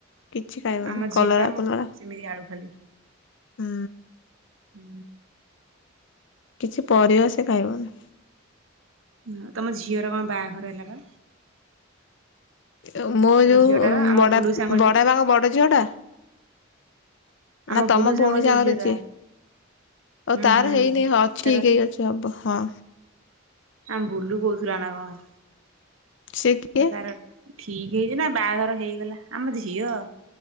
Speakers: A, on the left; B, on the right.
A: କିଛି ଖାଇବନି
B: ଆମ
A: କଲରା
B: ଝିଅଟା ମୋ
A: ପଲରା
B: ପୁଅ
A: ହୁଁ।
B: ସେମିତି ଆଳୁ ଖାଲି ହୁଁ।
A: କିଛି ପରିବା ସେ ଖାଇବନି।
B: ହୁଁ ତମ ଝିଅର କଣ ବାହାଘର ହେଲା ବା?
A: ଅ ମୋର
B: ତମ
A: ଯୋଉ-ଉ-ଉ-ଉ
B: ଝିଅଟାର
A: ଉ
B: ଆମ
A: ବଡଆପା
B: ବୁଲୁ ସାଙ୍ଗର
A: ବଡା
B: ଯୋଉ
A: ବାପାଙ୍କ ବଡ ଝିଅ ଟା?
B: ଆମ
A: ନା ତମ
B: ବୁଲୁ ସାଙ୍ଗର
A: ଭଉଣୀ ସାଙ୍ଗରେ
B: ଯୋଉ ଝିଅଟା
A: ଯିଏ। ଓ
B: ହୁଁ
A: ତାର
B: ହୁଁ।
A: ହେଇନି ହଁ ଠିକ
B: ତାର
A: ହେଇକି ଅଛି ହବ ହଁ।
B: ଆମ ବୁଲୁ କହୁଥିଲା ନା କଣ।
A: ସେ କିଏ
B: କହିଲା ତାର ଠିକ ହେଇଛି ନା ବାହାଘର ହେଇଗଲା ଆମ ଝିଅ